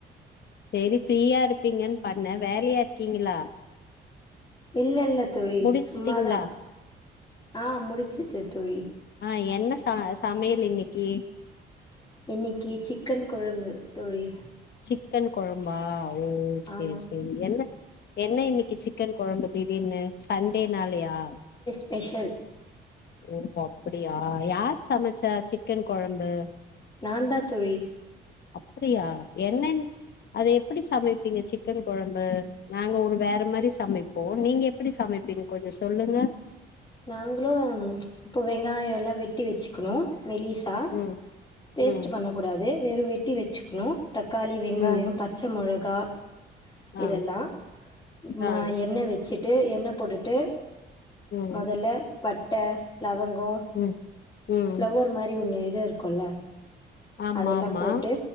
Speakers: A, on the left (about 55°); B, on the left (about 20°).
A: சரி ஃப்ரீயா இருப்பீங்கன் பண்ண வேலையா இருக்கீங்களா
B: இல்ல இல்ல தோழி
A: முடிச்சுட்டீங்களா
B: சும்மாதா ஆஹ் முடிச்சிட்ட தோழி
A: ஆஹ் என்ன ச சமையல் இன்னைக்கு
B: இன்னைக்கி சிக்கன் கொழம்பு தோழி
A: சிக்கன் கொழம்பா ஓ செரி
B: ஆமா
A: செரி என்ன என்ன இன்னைக்கி சிக்கன் கொழம்பு திடீர்ன்னு ச டே நாலையா
B: ஸ்பேஷல்
A: ஓ அப்டியா யார் சமைச்சா சி சிக்கன் கொழம்பு
B: நான்தா தோழி
A: அப்டியா என்னன் அது எப்டி சமைப்பீங்க சிக்கன் கொழம்பு நாங்க ஒரு வேற மாறி சமைப்போம் நீங்க எப்டி சமைப்பீங்க கொஞ்சோ சொல்லுங்க
B: நாங்களு இப்ப வெங்காயம்லா வெட்டி வச்சுக்கணு மெலிசா
A: ம்
B: பேஸ்ட்
A: ம்
B: பண்ணக்கூடாது வெறு வெட்டி வச்சுக்கணு தக்காளி வெங்காயம்
A: ம்
B: பச்ச மொளகா
A: ஆ
B: இதெல்லா ம
A: ஆ
B: எண்ண வெச் ட்டு எண்ண போட்டுட்டு
A: ம்
B: மொதல்ல பட் ட்ட லெவங் கோ
A: ம் ம்
B: ஃப்ளவர் மாரி ஒன்னு இது இருக்குல்ல
A: ஆமா
B: அதெல்லாம்
A: ஆமா
B: போட்டு